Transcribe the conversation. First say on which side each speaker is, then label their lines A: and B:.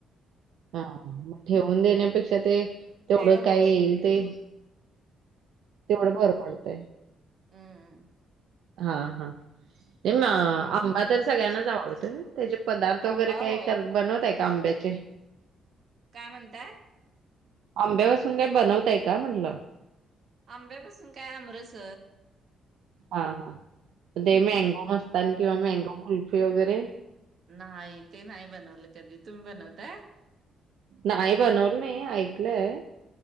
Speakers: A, on the right; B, on the right.
A: हा मग ठेवून देण्यापेक्षा ते तेवढं
B: ते
A: काय
B: होय
A: येईल ते तेवढं बर पडत ते
B: हम्मम
A: हा हा तेम आंबा तर सगळ्यांनाच आवडतंय त्याचे पदार्थ वगैरे
B: आंबा
A: काही
B: होय
A: बनवत आहे का आंब्याचे
B: काय म्हणताय?
A: आंब्यापासून काय बनवतय का म्हटलं?
B: आंब्यापासून काय आमरस
A: हा, हा ते मँंगो मस्तानी किंवा मँंगो कुल्फी वगैरे
B: नाही ते नाही बनवलं कधी तुम्ही बनवताय
A: नाही बनवलं नाही ऐकलंय?